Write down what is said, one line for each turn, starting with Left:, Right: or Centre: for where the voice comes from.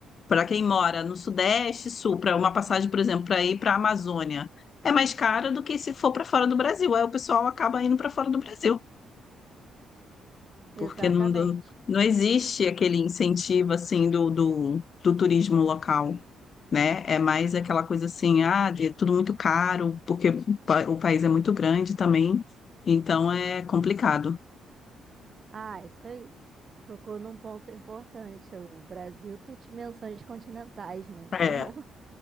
Left: para quem mora no Sudeste, Sul, para uma passagem, por exemplo, para ir para a Amazônia, é mais cara do que se for para fora do Brasil. Aí o pessoal acaba indo para fora do Brasil,
Right: Exatamente.
Left: porque não, não não existe aquele incentivo assim do, do, do turismo local, né? É mais aquela coisa assim, ah, é tudo muito caro, porque o pa- o país é muito grande também, então é complicado.
Right: Ah, isso aí. Tocou num ponto importante. O Brasil tem dimensões continentais, né? Então
Left: É,